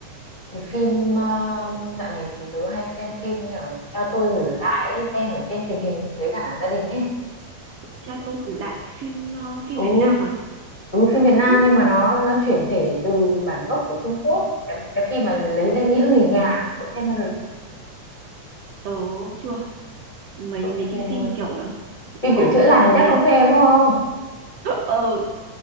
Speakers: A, on the left; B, on the right.
A: Cái phim ờ, dạo này thì tớ hay xem phim ở cha tôi gửi lại ấy, xem ở trên truyền hình với cả gia đình ấy
B: cha tôi gửi lại phim ờ, phim
A: ừ
B: Việt Nam à?
A: ừ, phim Việt Nam
B: Ừ,
A: nhưng mà nó nó chuyển thể từ bản gốc của Trung Quốc cái, cái phim mà lấy danh nghĩa người nhà ấy, cậu xem bao giờ chưa
B: tớ chưa. Mấy
A: cậu
B: mấy
A: chưa
B: cái
A: xem
B: phim
A: luôn
B: kiểu là
A: phim
B: ờ
A: kiểu chữa lành
B: chắc là mấy
A: chắc không xem đúng không
B: ờ